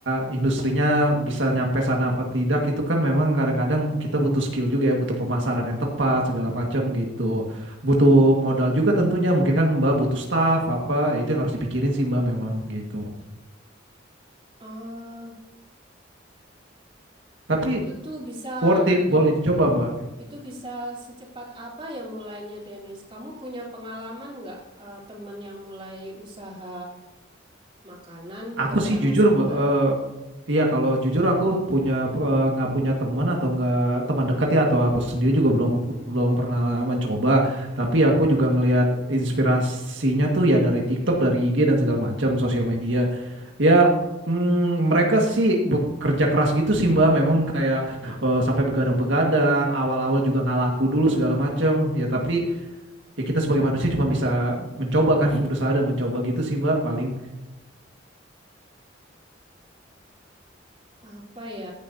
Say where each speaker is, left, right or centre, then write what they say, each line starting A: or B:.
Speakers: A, on the right; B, on the right.
A: industrinya bisa nyampe sana apa tidak itu kan memang kadang-kadang kita butuh skill juga ya, butuh pemasaran yang tepat segala macam gitu. Butuh modal juga tentunya, mungkin kan Mbak butuh staff apa, ya itu yang harus dipikirin sih Mbak memang gitu.
B: Ah,
A: Tapi
B: itu tuh bisa
A: worth it,
B: di,
A: boleh dicoba Mbak.
B: itu bisa secepat apa ya mulainya, Denis? Kamu punya pengalaman nggak eh, teman yang mulai usaha makanan,
A: Aku
B: terutama
A: sih jujur,
B: sambel?
A: eh, iya kalau jujur aku punya eh, nggak punya teman atau nggak teman dekat ya atau aku sendiri juga belum belum pernah mencoba. Tapi aku juga ngelihat inspirasinya tuh ya dari TikTok, dari IG dan segala macam sosial media. Ya mm, mereka sih bekerja keras gitu sih Mbak. Memang kayak eh, sampai begadang-begadang, awal-awal juga nggak laku dulu segala macam. Ya tapi ya kita sebagai manusia cuma bisa mencoba kan <laughs> berusaha dan mencoba gitu sih Mbak paling.
B: Apa ya?